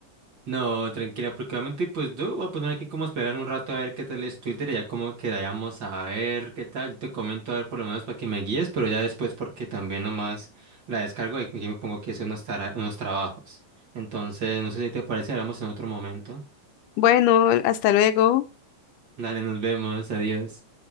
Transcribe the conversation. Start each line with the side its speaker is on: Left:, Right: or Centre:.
Right: No, tranquila, porque obviamente pues yo voy a poner aquí como a esperar un rato a ver qué tal es Twitter y ya como quedamos a ver qué tal. Yo te comento a ver por lo menos para que me guíes, pero ya después porque también nomás la descargo y aquí me pongo que hacer unos, tara- unos trabajos. Entonces, no sé si te parece, hablamos en otro momento.
Left: Bueno, hasta luego.
Right: Dale, nos vemos, adiós.